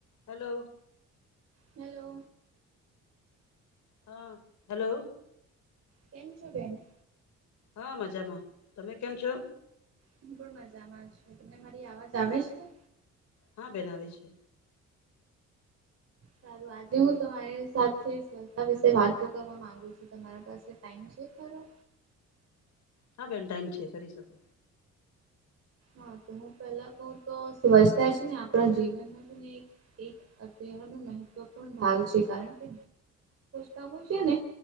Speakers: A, on the left; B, on the right.
A: Hello.
B: Hello.
A: હા hello.
B: કેમ છો બેન?
A: હા મજામાં, તમે કેમ છો?
B: હું પણ મજામાં છું, તમને મારી આવાજ આવે છે?
A: હા બેન આવે છે.
B: સારું આજે હું તમારી સાથે સંસ્થા વિશે વાતો કરવા માંગુ છું, તમારે પા ટમ છે ખરો?
A: હા બેન ટાઈમ છે કરી શકો.
B: હા તો હું પેલા કઉ તો સ્વચ્છતા છે ને આપણા જીવનમાં ને અત્યારનો મહત્વપૂર્ણ ભાગ છે, કારણ કે તા હોય છે ને,